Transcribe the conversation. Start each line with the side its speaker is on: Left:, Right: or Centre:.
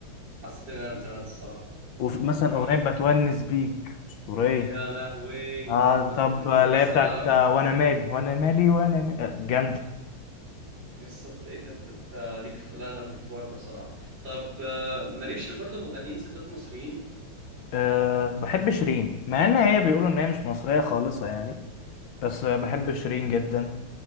Right: حسيت ان انا اتزنقت الصراحه
Left: ومثلا
Right: مم.
Left: أغنية بتونس بيك أسطورية
Right: يا لهوي
Left: اه
Right: بتو... يا
Left: طب
Right: خراب
Left: اللي
Right: يس
Left: هي بتاعت
Right: لا لا
Left: وانا مالي وانا مالي وانا مالي آه، جامدة
Right: يس انت ايه ده انت انت ليك في... لا انا بحب وردة بصراحة طب آه، مالكش برضو مغنيين ستات مصريين
Left: أه بحب شيرين مع ان هي بيقولوا ان هي مش مصرية خالصة يعني بس بحب
Right: امم
Left: شيرين جدا